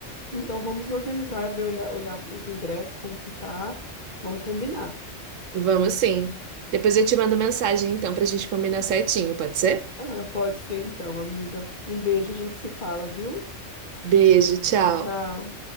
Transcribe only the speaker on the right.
<laughs> Vamos sim. Depois eu te mando mensagem, então, pra gente combinar certinho, pode ser?
Beijo, tchau.